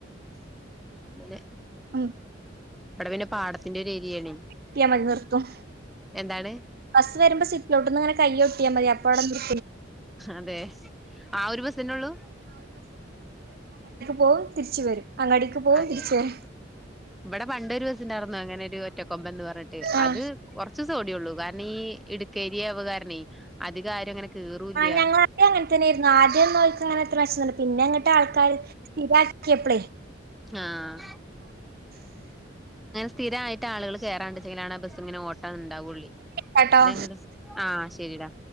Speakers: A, in the centre; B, on the right.
A: അെ
B: ഉ
A: ഇവിടെ പിന്നെ പാടത്തിന്റെ ഒരു ഏരിയണ
B: ട്ടിയ മതി നിർത്തും
A: എന്താണ്
B: ബസ് വരുമ്പോ സിറ്റിലോട്ട്ന്ന്ങ്ങനെ കയ്യ ഒട്ടിയൽ മതി അപ്പോ അവിടെ നി
A: അതെ ആ ഒരു ബസ്സന്നെള്ളൂ
B: പോകവും തിരിച്ചു വരും അങ്ങാടിക്ക് പോകവും
A: അതെ
B: തിരിച്ചു വരും
A: ഇവിടെ പണ്ടരു ബിവസണ്ടായിരുന്നുു അങ്ങനെ ഒരു ഒറ്റക്കൊമ്പ എന്ന് പറഞ്ഞിട്ട്
B: ആ
A: അത് കൊറ ഓടിയള്ളൂ കാരണം ഈ ഇടുക്കേരി അവവകാരണേ അധികാര്യം അങ്ങനെ കേറൂല്ല
B: ആ ഞ അ അങ്ങനെന്നെയായിരുന്നു ആദ്യം നോയിക്കങ്ങനെത്ര വശംല്ല പിന്നെട്ട് ആൾക്കാർ സ്ഥിരാക്കിയപ്പഴേ
A: ആഹ് സ്ഥിരമായിട്ട് ആുകൾ കയറണ്ട്െങ്ങന ബസ് ഇങ്ങനെ ട്ടോ ഇണ്ടാവ പുള്ളി
B: കേട്ടോ
A: ഇത ആഹ ശരിടാ